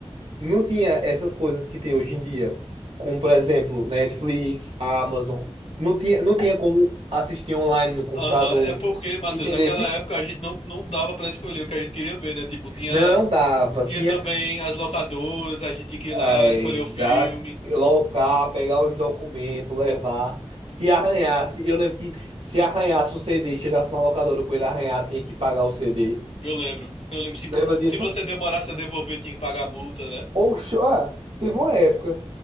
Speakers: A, on the right; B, on the left.
A: Não tinha essas coisas que tem hoje em dia. Como, por exemplo, Netflix, Amazon. Não tinha, não tinha como assistir online no computador.
B: Aham, é porque, Matheus,
A: Entendeu?
B: naquela época a gente não, não dava pra escolher o que a gente queria ver, né? Tipo, tinha,
A: Não dava, tinha
B: tinha também as locadoras, a gente tinha que ir lá
A: é,
B: escolher
A: exa-
B: o filme.
A: locar, pegar os documentos, levar. Se arranhasse, eu lembro que se arranhasse o CD e chegasse na locadora com ele arranhado, tinha que pagar o CD.
B: Eu lembro, eu lembro. Se,
A: Lembra disso?
B: se você demorasse a devolver, tinha que pagar a multa, né?
A: Ou, ah, teve uma época.